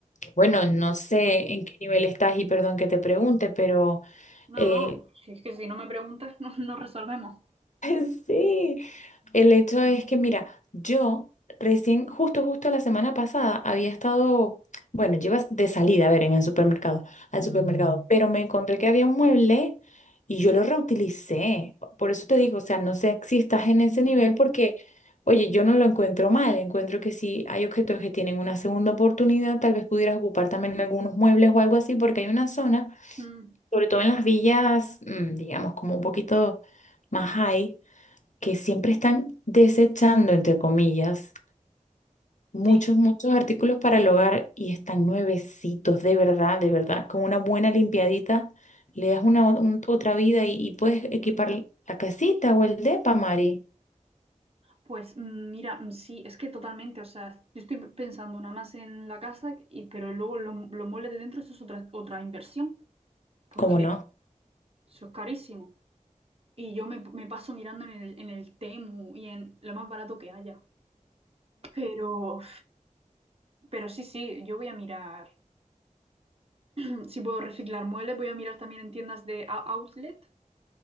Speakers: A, on the left; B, on the right.
A: bueno, no sé
B: Claro.
A: en qué nivel estás y perdón que te pregunte, pero
B: No,
A: eh,
B: no, si es que si no me preguntas, <laughs> no, no resolvemos.
A: <laughs> sí. El hecho es que, mira, yo recién, justo, justo la semana pasada había estado, bueno, llevas de salida, a ver, en el supermercado, al
B: Ujú.
A: supermercado, pero me encontré que había un mueble y yo lo reutilicé. Por eso te digo, o sea, no sé si estás en ese
B: Claro.
A: nivel porque, oye, yo no lo encuentro mal, encuentro que si hay objetos que tienen una segunda oportunidad, tal vez pudieras ocupar también algunos muebles o algo así, porque hay una zona,
B: Mm,
A: sobre todo en las villas, mm, digamos, como un poquito más high que siempre están desechando, entre comillas, muchos,
B: sí,
A: muchos artículos para el hogar y están nuevecitos, de verdad, de verdad, con una buena limpiadita, le das una o- un- otra vida y, y puedes equipar la casita o el depa, Mari.
B: pues mm, mira, mm, sí, es que totalmente, o sea, yo estoy pensando nada más en la casa, y, pero luego lo- los muebles de dentro, eso es otra, otra inversión, porque
A: ¿Cómo no?
B: eso es carísimo. Y yo me, me paso mirando en el, en el Temu y en lo más barato que haya. Pero, pero sí, sí, yo voy a mirar, mm, si puedo reciclar muebles, voy a mirar también en tiendas de ou- outlet,